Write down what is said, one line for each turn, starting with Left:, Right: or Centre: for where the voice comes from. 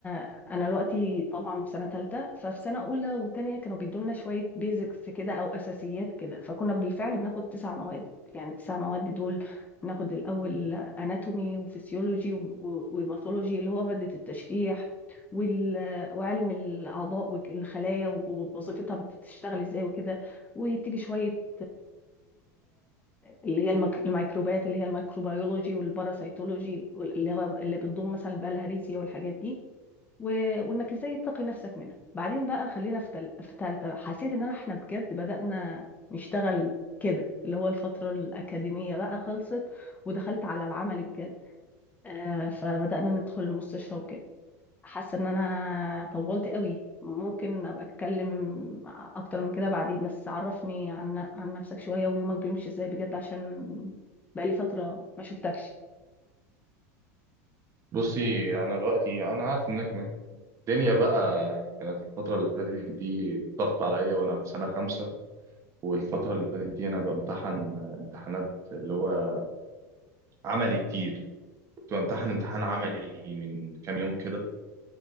Left: أنا دلوقتي طبعا في سنة تالتة ففي سنة أولى وتانية كانوا بيدولنا شوية بيزكس كده أو أساسيات كده فكنا بالفعل بناخد تسع مواد يعني التسع مواد دول بناخد الأول أناتومي وفسيولوجي و- وباثولوجي اللي هو مادة التشريح وال... وعلم الأعضاء والخلايا ووظيفتها بتشتغل إزاي وكده وتيجي شوية اللي هي المك... الميكروبات اللي هي الميكروبيولوجي والباراسيتولوجي اللي هو اللي بتضم مثلا البلهارسيا والحاجات دي و... وانك ازاي تقي نفسك منها بعدين بقى خلينا في تل... في تالتة حسيت ان أنا- احنا بجد بدأنا نشتغل كده اللي هو الفترة الأكاديمية بقى خلصت ودخلت على العملي بجد آه فبدأنا ندخل المستشفى وكده حاسه ان انا طولت قوي ممكن ابقى اتكلم اكتر من كده بعدين بس عرفني عن عن نفسك شويه ويومك بيمشي ازاي بجد عشان بقالي فتره ما شفتكش
Right: بصي انا دلوقتي انا عارف انك الدنيا بقى كانت الفترة اللي فاتت دي ضغط عليا وأنا في سنة خمسة والفترة اللي فاتت دي أنا بمتحن امتحانات اللي هو عملي كتير كنت بمتحن امتحان عملي من كام يوم كده